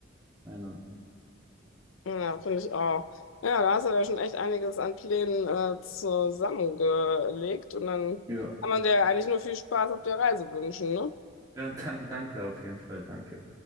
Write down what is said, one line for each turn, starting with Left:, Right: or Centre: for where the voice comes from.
Right: Ich meine,
Left: ja, finde ich auch. Ja, da hast du ja schon echt einiges an Plänen äh, zusammengelegt und dann
Right: ja.
Left: kann man dir ja eigentlich nur viel Spaß auf der Reise wünschen, ne?
Right: Ja, dann, danke auf jeden Fall, danke.